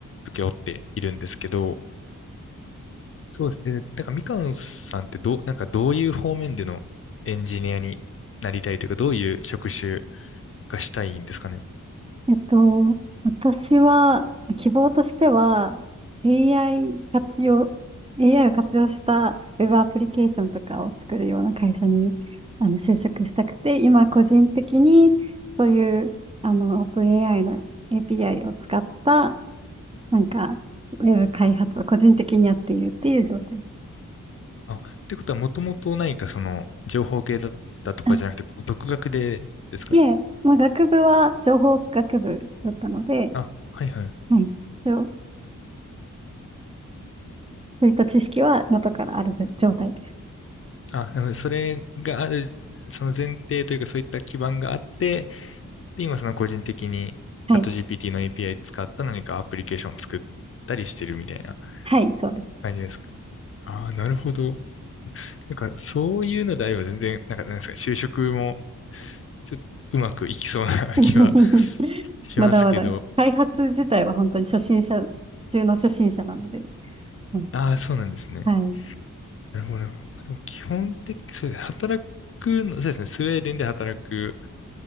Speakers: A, on the left; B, on the right.
A: 請け負っているんですけど、そうですね。えなんか、みかんさんってどう、なんか、どういう方面でのエンジニアになりたいというか、どういう職種がしたいんですかね。
B: えっと、私は、希望としては、AI 活用、AI を活用したウェブアプリケーションとかを作るような会社に、あの、就職したくて、今個人的に、そういう、あの、オープン AI の API を使った、なんか、ウェブ開発を個人的にやっているっていう状態。
A: あ、ってことは、もともと何かその、情報系だったとかじゃなくて、
B: あ、
A: こう独学でですかね。
B: いえ、まあ、学部は情報学部だったので、
A: あ、はいはい。
B: はい。一応、そういった知識は元からある状態です。
A: あ、なるほどそれがある、その前提というか、そういった基盤があって、で、今その個人的に、チャット
B: はい。
A: GPT の API 使った何かアプリケーションを作ったりしてるみたいな
B: はい、そうです。
A: 感じですか。ああ、なるほど。なんか、そういうのであれば全然、なんか、なんですか、就職も、ちょっとうまくいきそうな
B: <laughs>
A: <laughs> 気はしますけど、
B: まだまだ。開発自体は本当に初心者中の初心者なので。はい。
A: ああ、そうなんですね。
B: はい。
A: なるほど、なるほど。まあ、でも基本的、そうですね働くの、そうですね、スウェーデンで働く